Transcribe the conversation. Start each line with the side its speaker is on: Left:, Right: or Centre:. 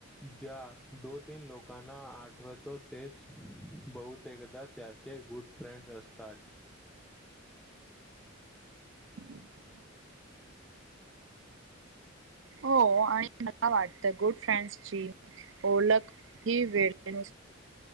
Centre: ज्या दो तीन लोकांना आठवतो तेच बहुतेकदा त्याचे गुड फ्रेंड असतात.
Right: ह <inaudible> हो आणि मला वाटतं गुड फ्रेंड्स ची ओलख, ही वेळेनुस